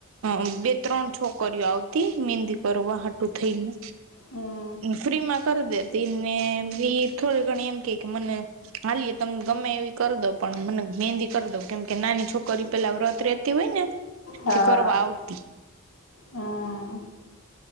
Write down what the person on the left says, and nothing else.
હમ
હા
હમ